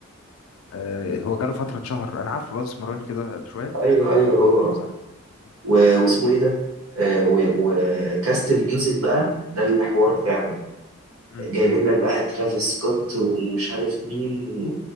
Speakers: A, on the left; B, on the right.
A: آه هو جاله فتره شهر انا عارفه الواد اسمراني كده شويه
B: ايوه ايوه هو
A: صح مم.
B: و- واسمه ايه ده آه، و- وكاست الميوزك بقى ده اللي حوار فعلا
A: مم.
B: جايبين لك بقى ترافيس سكوت ومش عارف مين و...